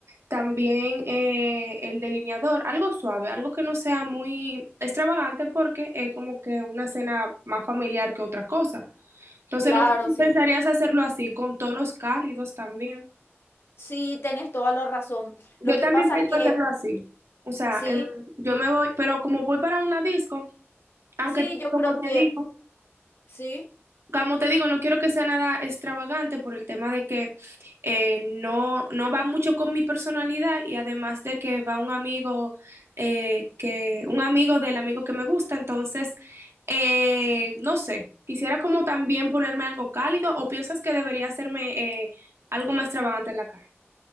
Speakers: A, on the right; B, on the left.
A: también eh, el delineador, algo suave, algo que no sea muy extravagante porque es como que una cena más familiar que otra cosa. Entonces,
B: Claro,
A: no sé si
B: sí.
A: pensarías hacerlo así, con tonos cálidos también.
B: Sí, tenés toda la razón.
A: Yo
B: Lo que
A: también
B: pasa
A: pienso
B: es que,
A: hacerlo así. O sea,
B: sí,
A: em, yo me voy, pero como voy para una disco, aunque
B: sí, yo
A: como
B: creo
A: te
B: que,
A: digo,
B: sí.
A: Como te digo, no quiero que sea nada extravagante por el tema de que eh, no, no va mucho con mi personalidad y además de que va un amigo eh, que, un amigo del amigo que me gusta, entonces eh, no sé, quisiera como también ponerme algo cálido o piensas que debería hacerme eh, algo más extravagante en la cara.